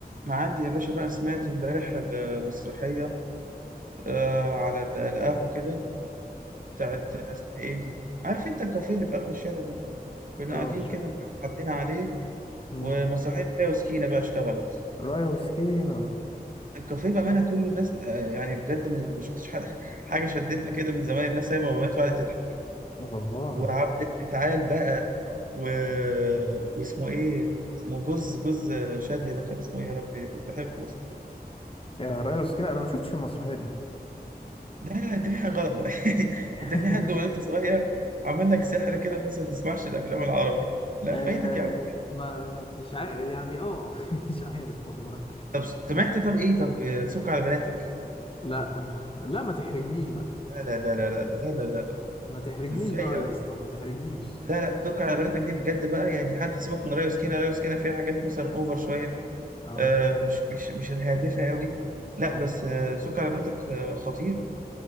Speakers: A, on the right; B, on the left.
A: معدي يا باشا بقى سمعت امبارح المسرحية آه على ال- القهوة كده بتاعت آه، اسمها ايه دي عارف انت الكافيه اللي في آخر الشارع ده كنا
B: اه
A: قاعدين كده امبارح عدينا عليه
B: مم.
A: ومسرحية آية وسكينة بقى اشتغلت
B: رايا وسكينة
A: الكافيه بأمانة كله الناس آه يعني بجد من- ما شفتش حاجة, <laughs> حاجة شدتنا كده من زمان الناس سايبة موبايلات وقعدت تضحك
B: والله
A: وعبد تعال بقى و... واسمه ايه اسمه جوز جوز شادية ده كان اسمه ايه يا ربي كنت بحبه أصلا
B: يا رايا وسكينة أنا ما شفتش المسرحية دي
A: لا لا انت في حاجه غلط بقى <laughs>
B: <laughs>
A: انت في حد وانت صغير عمل لك سحر كده بس ما تسمعش الافلام العربي لا
B: آه
A: فايتك يا عم
B: ما مش عارف يعني اه <laughs> مش عارف والله
A: طب سمعت طب ايه طب آه، سك على بناتك
B: لا لا ما تحرجنيش بقى
A: لا لا لا لا لا لا لا لا لا لا.
B: ما تحرجنيش
A: ازاي
B: بقى
A: يعني
B: يا اسطى ما تحرجنيش
A: لا لا سك على بناتك دي بجد بقى يعني حتى سيبك من ريا وسكينه ريا وسكينه فيها حاجات مثلا اوفر شويه
B: اه
A: آه مش مش مش الهادفه قوي لا
B: اه
A: بس آه سك على بناتك آه، خطيره